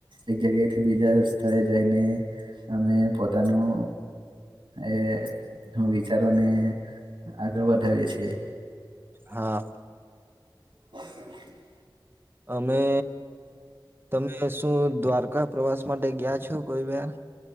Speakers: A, on the right; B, on the right.
A: એક જગ્યાથી બીજા સ્થળે જઈને અમે પોતાનું એ હ વિચારોને આગળ વધાવીએ છીએ.
B: હા.
A: <inaudible>
B: અમે, તમે શું દ્વારકા પ્રવાસ માટે ગયા છો કોઈ વાર?